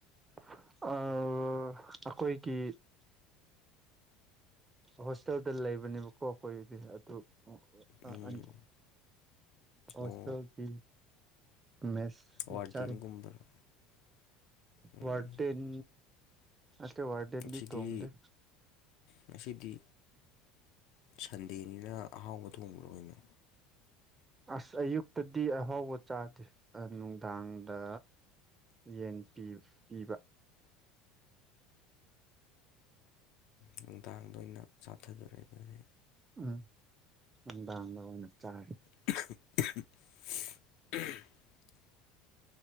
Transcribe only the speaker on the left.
ꯎꯝ
ꯑꯣ
ꯋꯥꯔꯗꯦꯟꯒꯨꯝꯕꯔꯣ
ꯎꯝ
ꯉꯁꯤꯗꯤ
ꯉꯁꯤꯗꯤ ꯁꯟꯗꯦꯅꯤꯅ ꯑꯍꯥꯎꯕ ꯊꯣꯡꯕ꯭ꯔꯣ ꯀꯩꯅꯣ
ꯅꯨꯡꯗꯥꯡꯗ ꯑꯣꯏꯅ ꯆꯥꯊꯗꯣꯔꯦ ꯑꯗꯨꯗꯤ
<inaudible>